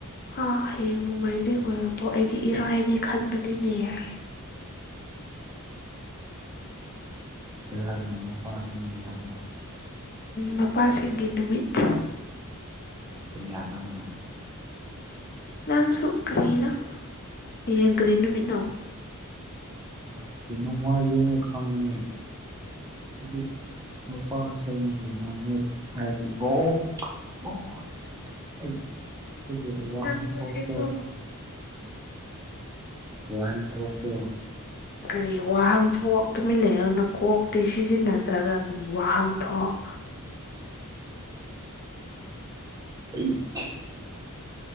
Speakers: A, on the left (about 45°); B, on the right (about 15°).
A: ꯍꯥ ꯍꯌꯦꯡ ꯅꯣꯡꯃꯥꯏꯖꯤꯡ ꯑꯣꯏꯔꯕꯣ ꯑꯩꯗꯤ ꯏꯔꯥꯏꯅꯦ ꯈꯟꯕꯅꯤꯅꯦ ꯍꯥꯏ
B: ꯀꯔꯤ ꯍꯥꯏꯕꯅꯣ ꯃꯄꯥꯁꯤꯡꯒꯤ ꯍꯥꯏꯕ꯭ꯔꯣ
A: ꯃꯄꯥꯜꯁꯤꯡꯒꯤ ꯅꯨꯃꯤꯠ
B: ꯀꯔꯤ ꯍꯥꯏꯕ ꯑꯗꯨꯅ
A: ꯅꯪꯁꯨ ꯀꯔꯤꯅꯣ ꯍꯌꯦꯡ ꯀꯔꯤ ꯅꯨꯃꯤꯠꯅꯣ
B: ꯉꯍꯥꯛ ꯇꯤ ꯅꯣꯡꯃꯥꯏꯖꯤꯡꯅꯦ ꯈꯪꯉꯦ ꯍꯥꯏꯗꯤ ꯅꯨꯄꯥꯁꯤꯡꯒꯤ ꯅꯨꯃꯤꯠ ꯍꯥꯏꯗꯤ ꯑꯣ ꯑꯣ ꯑꯣ ꯑꯁ ꯑꯩ ꯑꯗꯨꯒꯤ ꯋꯥꯍꯟꯊꯣꯛꯇꯣ
A: ꯅꯪꯁꯦꯀꯣ
B: ꯋꯥꯍꯟꯊꯣꯛꯇꯣ
A: ꯀꯔꯤ ꯋꯥꯍꯟꯊꯣꯛ ꯇꯨꯃꯤꯟ ꯂꯩꯌꯣ ꯅꯀꯣꯛꯇꯤ ꯁꯤꯖꯤꯟꯅꯗ꯭ꯔꯒ ꯀꯔꯤ ꯋꯥꯍꯟꯊꯣꯛ
B: ꯑꯩ ꯑꯍꯍ